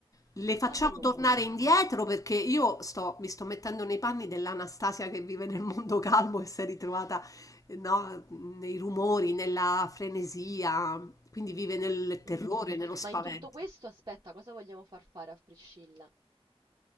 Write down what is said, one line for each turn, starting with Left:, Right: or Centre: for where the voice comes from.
Left: le facciamo
Right: Allora,
Left: tornare indietro perché io sto- mi sto mettendo nei panni dell'Anastasia che vive nel mondo calmo e si è ritrovata, eh, no, nei rumori, nella frenesia, quindi vive nel terrore,
Right: Mhm.
Left: nello spavento.
Right: Ma in tutto questo, aspetta, cosa vogliamo far fare a Priscilla?